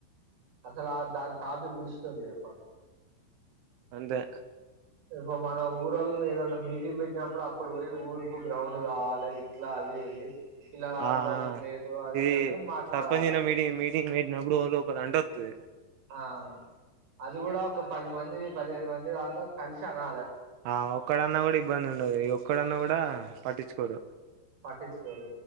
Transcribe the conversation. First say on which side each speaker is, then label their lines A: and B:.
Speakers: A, on the right; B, on the right.
A: అసలు ఆ దాని టాపిక్ తీస్ టోళ్లు లేరు ఫస్ట్
B: అంతే
A: ఇప్పు మన ఊరోళ్లు ఏదనా మీటింగ్ పెట్టినప్పుడు అప్పుడు పోయి ఊరుకు గ్రౌండ్ కావాలి ఇట్లా అది ఇది పిల్లలు ఆడటానికి
B: ఆఆ
A: లేదు అది
B: ఈ
A: ఇది అని మాట్లాడాలి
B: సర్పంచ్ లు మీటింగ్ మీటింగ్ పెటినప్పుడు ఓలు ఒకలండోతే
A: ఆ అది కూడా ఒక పది మంది పదిహేను మంది దాంక కలిసి అనాలే
B: ఆ ఒక్కడన్నా కూడా ఇబ్బంది ఉండది ఒక్కడన్నా కూడా పట్టించుకోరు
A: పట్టిచుకోరు